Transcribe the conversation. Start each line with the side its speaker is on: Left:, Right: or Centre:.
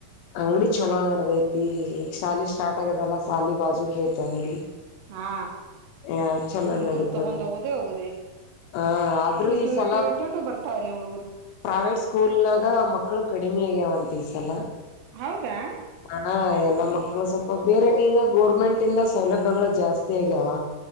Left: ಅಂಗಡಿ ಚಲೋ ನಡದೈತಿ, ಈಗ ಶಾಲಿ ಸ್ಟಾರ್ಟ್ ಆಗ್ಯದಲ್ಲ ಶಾಲಿ ಬಾಜುಕಿ ಐತಿ ಅಂಗಡಿ.
Right: ಹಾ
Left: ಆ ಚಲೋ
Right: ಹುಡುಗರು
Left: ನಡೀತದ
Right: ತಗೊಂಡ ಹೋಗುದೇ ಹೋಗುದೆ.
Left: ಆ ಆದ್ರೂ
Right: ಇಟು
Left: ಈ ಸಲ
Right: ಇಟು ಇಟ್ಟು ಇಟ್ಟು ಬರ್ತಾವಲ್ಲಿ ಹುಡುಗರು.
Left: ಪ್ರೈವೇಟ್ ಸ್ಕೂಲ್ನಾಗ ಮಕ್ಳು ಕಡಿಮೆ ಆಗ್ಯಾವಂತ ಈಸಲ.
Right: ಹೌದಾ
Left: ಹ ಎಲ್ಲ ಮಕ್ಳು ಸ್ವಲ್ಪ ಬೇರೆ ಈಗ ಗೋರ್ಮೆಂಟ್ ಇಂದ ಸೌಲಭ್ಯಗಳು ಜಾಸ್ತಿ ಆಗ್ಯಾವ.